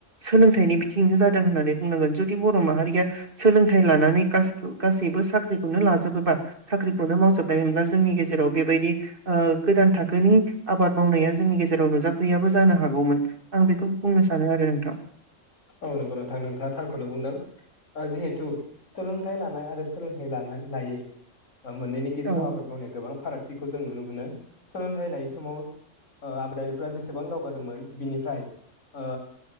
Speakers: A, on the right (about 45°); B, on the left (about 75°).
A: सोलों थाइनि बिथिं जादों होननानै बुंनांगोन जुदि बर'माहारिया सोलोंथाइ लानानै गासि-गासैबो साख्रिखौनो लाजोबोबा साख्रिखौनो मावजोबनाय मोनब्ला जोंनि गेजेराव बेबायदि ओ गोदान थाखोनि आबाद मावनाया जोंनि गेजेराव नुजाफैयाबो जानो हागौमोन आं बेखौ बुंनो सानो आरो नोंथां।
B: औ नंगौ नोंथां नोंथाङा थारखौनो बुंदों ओ जिहेथु सोलोंथाइ लानाय आरो सोलोंथाइ लानाय लायै। मोननैनि गेजेराव
A: औ
B: आबाद मावनाया गोबां फाराग। थिखौ जों नुनो मोनो सोलोंथाइ लायै समाव ओ आबादारिफ्रा जेसेबां दावगादोंमोन बिनिफ्राय ओ